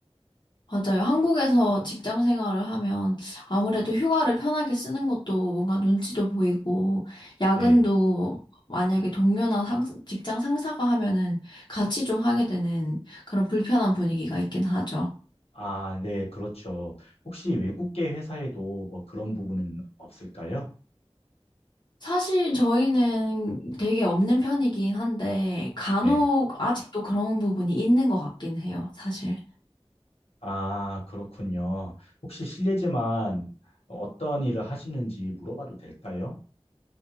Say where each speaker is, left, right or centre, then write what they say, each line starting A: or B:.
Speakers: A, on the left; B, on the left.
A: 맞아요. 한국에서 직장 생활을 하면 아무래도 휴가를 편하게 쓰는 것도 뭔가 눈치도 보이고, 야근도
B: 네. 네.
A: 만약에 동료나 상, 직장 상사가 하면은 같이 좀 하게 되는 그런 불편한 분위기가 있긴 하죠.
B: 아, 네, 그렇죠. 혹시 외국계 회사에도 뭐 그런 부분은 없을까요?
A: 사실 저희는 되게 없는 편이긴 한데, 간혹
B: 네.
A: 아직도 그런 부분이 있는 것 같긴 해요, 사실.
B: 아, 그렇군요. 혹시 실례지만 어떤 일을 하시는지 물어봐도 될까요?